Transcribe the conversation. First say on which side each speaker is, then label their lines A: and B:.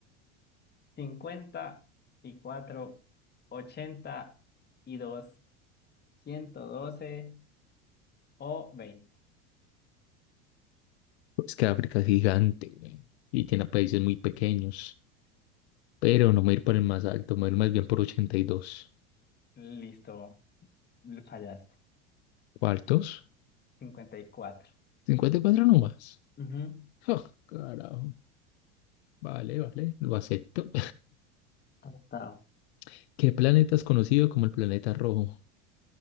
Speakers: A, on the left (about 30°); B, on the left (about 75°).
A: cincuenta y y cuatro ochenta y dos ciento doce o veinte
B: Es que África es gigante, güey, y tiene países muy pequeños. Pero no me voy a ir por el más alto, me voy a ir más bien por ochenta y dos
A: Listo, fallaste.
B: ¿Cuartos?
A: 54.
B: cincuenta y cuatro nomás.
A: Ujú,
B: Oh, carajo. Vale, vale, lo acepto.
A: Aceptado.
B: <laughs> ¿Qué planeta es conocido como el planeta rojo?